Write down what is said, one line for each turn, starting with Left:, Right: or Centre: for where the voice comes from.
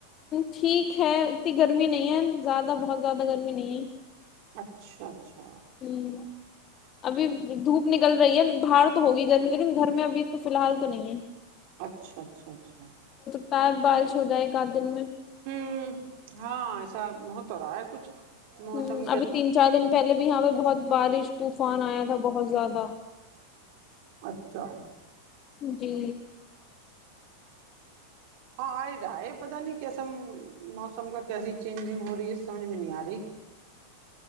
Left: ٹھیک ہے اتنی گرمی نہیں ہے زیادہ بہت زیادہ گرمی نہیں ہے
Right: اچھاچ اچھا
Left: ہ ابھی دھوپ نکل رہی ہے باہار تو ہوگی گرمی لیکن گھر میں ابھی تو فی الحال تو نہیں ہے
Right: اچھا اچھا اچھا
Left: کیا بارش ہو جائے ایک آدھ دن میں
Right: ہوں ہاں ایسا ہو تو ہو رہا ہے کچھ موسم
Left: ہ
Right: کا
Left: ابھی تین چار دن پہلے بھی یہاں پہ بہت بارش طوفان آیا تھا بہت زیادہ واہ
Right: اچھا
Left: جی
Right: ہاں آئے رہا ہے پتا نہیں کیسا موسم کا کیسی چینجنگ ہو رہی ہے سمجھ میں نہیں آ رہی